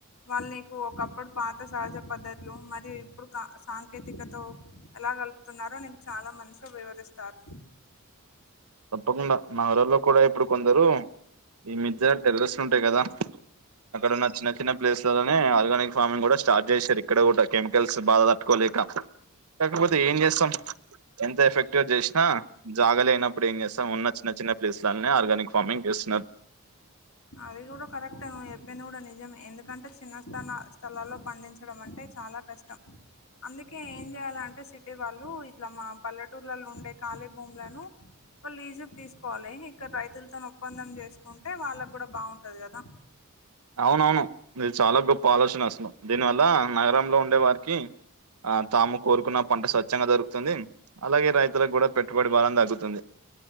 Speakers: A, on the left; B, on the right.
A: వాళ్ళు నీకు ఒకప్పుడు పాత సహజ పద్ధతులు మరియు ఇప్పుడు క సాంకేతికతొ ఎలా గల్ ప్తున్నారో నీకు చాలా మంచిగి వివరిస్తారు
B: తప్పకుండా నగరాల్లో కూడా ఇప్పుడు కొందరు ఈ మిజ్య టెరరస్సుంటాయ్ గదా అక్కడున్న చిన్న చిన్న ప్లేస్లలోనే ఆర్గానిక్ ఫార్మింగ్ కూడా స్టార్ట్ జేశారు ఇక్కడ గుడా కెమికల్స్ బాదా దట్టుకోలే కి కాకపోతే ఏం జేస్తాం ఎంత ఎఫెక్టివ్ గా జేసినా జాగాలేన ప్పుడు ఏం జేస్తాం ఉన్న చిన్న చిన్న ప్లేస్లన్నే ఆర్గానిక్ ఫార్మింగ్ జేస్తున్నారు
A: అది గుడా కరెక్టే నువ్వు జెప్పింది కూడా నిజమే ఎందుకంటే చిన్న స్తాన స్థలాల్లో పండించడం అంటే చాలా కష్టం అందుకే ఏం చేయ్యాలంటే సిటీ వాళ్ళు ఇట్లా మా పల్లెటూర్లలో ఉండే ఖాళీ భూములను ఇ లీజ్ కు తీసుకోవాలి ఇక్కడ రైతులతో ఒప్పందం చేసుకుంటే వాళ్ళకు కూడా బాగుంటది కదా
B: అవునవును ఇది చాలా గొప్ప ఆలోచన అసలు దీనివల్ల నగరంలో ఉండే వారికి ఆ తాము కోరుకున్న పంట స్వచ్ఛంగా దొరుకుతుంది అలాగే రైతులకు కూడా పెట్టుబడి బలం తగ్గుతుంది